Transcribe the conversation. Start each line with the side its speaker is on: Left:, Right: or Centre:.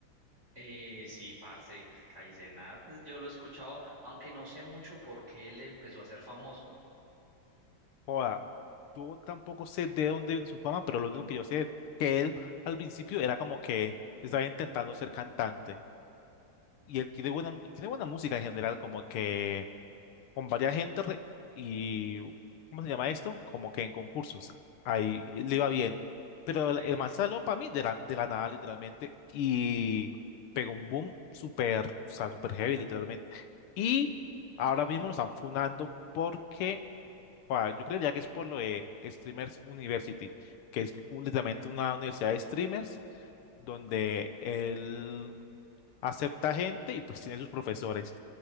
Right: Eh, sí, parce, Caicenat, yo lo he escuchado, aunque no sé mucho por qué él empezó a ser famoso.
Left: Joda, yo tampoco sé de dónde vino su fama, pero lo único que yo sé es que él al principio era como que estaba intentando ser cantante. Y él tiene buena, tiene buena música en general, como que con varias gente re- y, ¿cómo se llama esto? Como que en concursos. Ahí eh, le iba bien. Pero el,
Right: Sí,
Left: el man salió para mí de la, de la nada, literalmente, y pegó un boom súper, o sea, súper heavy, literalmente. Y ahora mismo lo están funando porque, o sea, yo creería que es por lo de Streamers University, que es un- literalmente una universidad de streamers donde él acepta gente y pues tiene sus profesores.